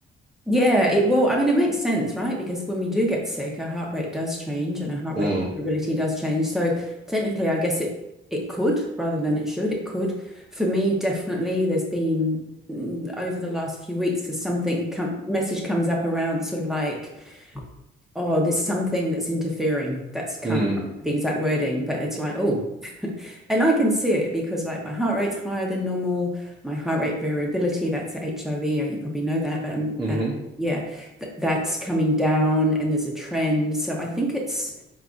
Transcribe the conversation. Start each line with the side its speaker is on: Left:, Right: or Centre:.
Centre: Yeah, it well, I mean, it makes sense, right? Because when we do get sick, our heart rate does change and our heart
Right: Mm,
Centre: rate variability does change. So technically, I guess it it could rather than it should. It could. For me, definitely, there's been mm, over the last few weeks, there's something come, message comes up around sort of like oh, there's something that's interfering. That's kind
Right: mm,
Centre: of the exact wording, but it's like, oh, <laughs> and I can see it because like my heart rate's higher than normal, my heart rate variability, that's HIV, oh, you probably know that. Um,
Right: hmm
Centre: uh, yeah, th that's coming down and there's a trend. So I think it's